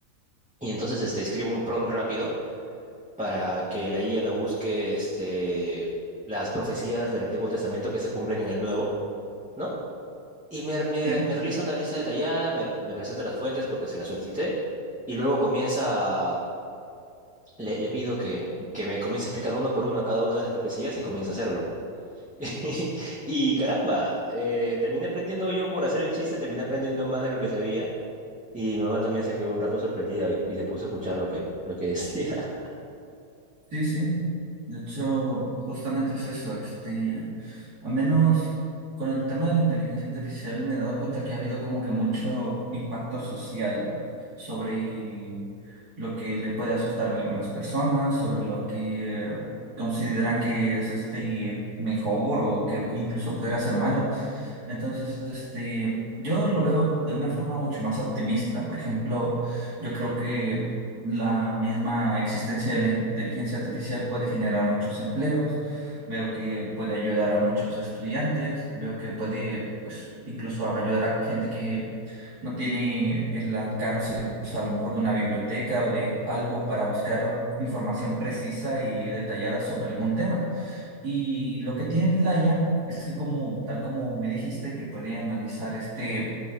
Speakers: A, in the centre; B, on the right.
A: Y entonces este, escribo un prompt rápido para que la IA me busque este, las profecías del Antiguo Testamento que se cumplen en el Nuevo, ¿no? Y me, me,
B: Sí,
A: me realiza una lista detallada, me, me presenta las fuentes porque se las solicité. Y luego comienza le, le pido que, que me comience a explicar uno por uno cada una de las profecías y comience a hacerlo. <laughs> Y caramba, eh, terminé aprendiendo yo por hacer el chiste, terminé aprendiendo más de lo que sabía. Y mi mamá también se quedó un rato sorprendida y y se puso a escuchar lo que, lo que decía.
B: sí, sí. De hecho, justamente es eso. Este, al menos con el tema de la inteligencia artificial me he dado cuenta que ha habido como que mucho impacto social sobre lo que le puede asustar a algunas personas, sobre lo que consideran que es este mejor o que incluso pudiera ser malo. Entonces, este, yo lo veo de una forma mucho más optimista. Por ejemplo, yo creo que la misma existencia de la inteligencia artificial puede generar muchos empleos. Veo que puede ayudar a muchos estudiantes. Veo que puede, pues, incluso ayudar a gente que no tiene el alcance, pues, a lo mejor de una biblioteca o de algo para buscar información precisa y detallada sobre algún tema. Y lo que tiene la IA es que como, tal como me dijiste, que puede analizar este